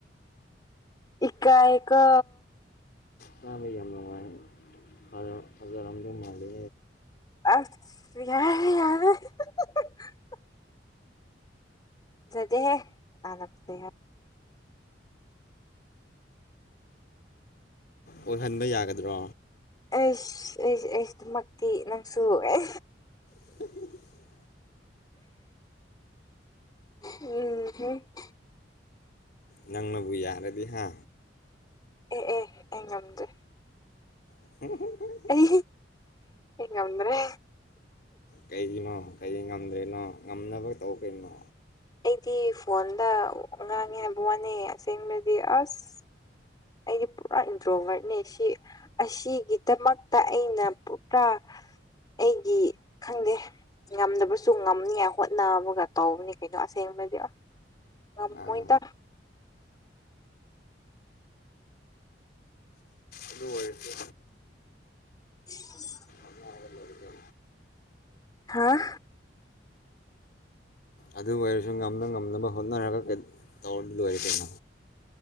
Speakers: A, on the left; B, on the left.
A: ꯏꯀꯑꯀ
B: ꯆꯥ ꯃ ꯌꯥꯝꯝ ꯅꯉꯥꯏ ꯐꯖꯥ ꯑꯃ ꯂꯝ ꯃꯥꯂꯦ
A: ꯑꯁ ꯌꯥ ꯌꯥꯔꯦ <unintelligible> ꯌꯥꯗꯦꯍꯦ <unintelligible>
B: ꯑꯣꯏꯍꯟꯕ ꯌꯥꯒꯗ꯭ꯔꯣ
A: ꯑꯩꯁ ꯑꯩꯁ ꯑꯩꯁ ꯑꯗꯨꯃꯛꯇꯤ ꯅꯪꯁꯨ ꯑꯦ
B: <inaudible>
A: ꯎꯝ ꯎꯝ
B: ꯅꯪꯅꯕꯨ ꯌꯥꯔꯗꯤ ꯍꯥ
A: ꯑꯦ ꯑꯦ ꯑꯩ ꯉꯝꯗꯦ
B: <unintelligible>
A: ꯑꯩ ꯉꯝꯗ꯭ꯔꯦ
B: ꯀꯩꯒꯤꯅꯣ ꯀꯩꯒꯤ ꯉꯝꯗ꯭ꯔꯦꯅꯣ ꯉꯝꯅꯕ ꯇꯧ ꯀꯩꯅꯣ
A: ꯑꯩꯗꯤ ꯐꯣꯟꯗ ꯉꯥꯡꯉꯦ ꯍꯥꯏꯕ ꯋꯥꯅꯤ ꯑꯁꯦꯡꯕꯗꯤ ꯑꯁ ꯑꯩꯗꯤ ꯄꯨꯔꯥ ꯏꯟꯗ꯭ꯔꯣꯕꯔꯠꯅꯦ ꯁꯤ ꯑꯁꯤꯒꯤꯗꯃꯛꯇ ꯑꯩꯅ ꯄꯨꯔꯥ ꯑꯩꯗꯤ ꯈꯪꯗꯦ ꯉꯝꯗꯕꯁꯨ ꯉꯝꯅꯤꯉꯥꯏ ꯍꯣꯠꯅꯕꯒ ꯇꯧꯕꯅꯤ ꯀꯩꯅꯣ ꯑꯁꯦꯡꯕꯗꯤ ꯉꯝꯃꯣꯏꯗ
B: ꯑꯥ, ꯑꯗꯨ ꯍꯛꯇ
A: <unintelligible>
B: ꯑꯗꯨꯜ ꯑꯣꯏꯔꯗ
A: ꯍꯥꯥ
B: ꯑꯗꯨ ꯑꯣꯏꯔꯁꯨ ꯉꯝꯅ-ꯉꯝꯅꯕ ꯍꯣꯠꯅꯔꯒ ꯀꯔꯤ ꯇꯧꯔ ꯂꯣꯏꯔꯦꯗꯅ